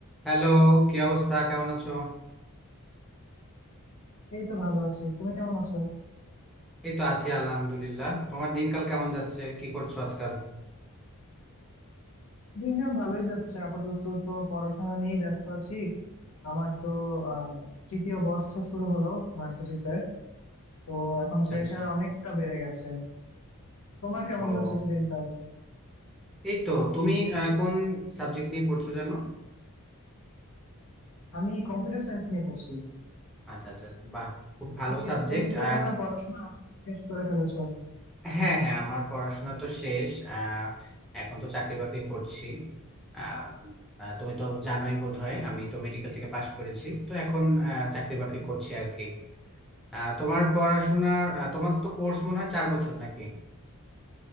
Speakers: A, in the centre; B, on the left.
A: Hello কি অবস্থা কেমন আছো
B: এই তো ভালো আছি তুমি কেমন আছো
A: এই তো আছি আলহামদুলিল্লাহ তোমার দিনকাল কেমন যাচ্ছে কি করছো আজকাল
B: দিনকাল ভালোই যাচ্ছে আপাতত তো পড়াশোনা নিয়ে ব্যস্ত আছি আমার তো আহ তৃতীয় বর্ষ শুরু হলো ভার্সিটিতে তো এখন
A: আচ্ছা
B: প্রেশার
A: আচ্ছা
B: অনেকটা বেড়ে গেছে তোমার কেমন
A: ও
B: যাচ্ছে দিনকাল
A: এই তো তুমি আহ, কোন সাবজেক্ট নিয়ে পড়ছো জানো
B: আমি কম্পিউটার সায়েন্স নিয়ে পড়ছি
A: আচ্ছা আচ্ছা বাহ খুব ভালো
B: তুমি
A: সাবজেক্ট
B: তুমি তো
A: আর
B: মনে হয় পড়াশোনা শেষ করে ফেলেছো
A: হ্যাঁ হ্যাঁ আমার পড়াশোনা তো শেষ আহ, এখন তো চাকরি বাকরি করছি আহ, আহ, তুমি তো জানোই বোধহয় আমি তো মেডিকেল থেকে পাশ করেছি তো এখন আহ, চাকরি বাকরি করছি আর কি আহ, তোমার পড়াশোনার আহ, তোমার তো কোর্স মনে হয় চার বছর নাকি